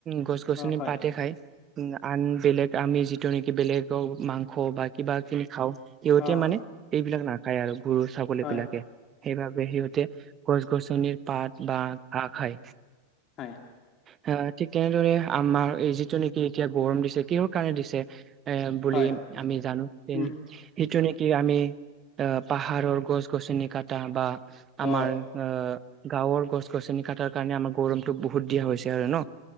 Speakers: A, on the right; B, on the left.
A: গছ গছনি
B: অ হয়
A: পাতে খায় উ আন বেলেগ আমি যিটো নেকি বেলেগ মাংস বা কিবা খিনি খাওঁ সিহঁতে
B: অ
A: মানে এইবিলাক নাখায় আৰু গৰু ছাগলী
B: হয়
A: বিলাকে, সেইবাবে সিহঁতে গছ গছনিৰ পাত বা ঘাঁহ খাই
B: হয়
A: আ ঠিক তেনেদৰে আমাৰ এই যিটো নেকি এতিয়া গৰম দিছে কিহৰ কাৰণে দিছে এ বুলি
B: হয়
A: আমি জানো সিটো
B: উম
A: কি আমি অ পাহাৰৰ গছ গছনি কাটি বা
B: অ
A: আমাৰ অ গাঁৱৰ গছ গছনি কটাৰ কাৰণে আমাৰ গৰমটো বহুত দিয়া হৈছে আৰু ন,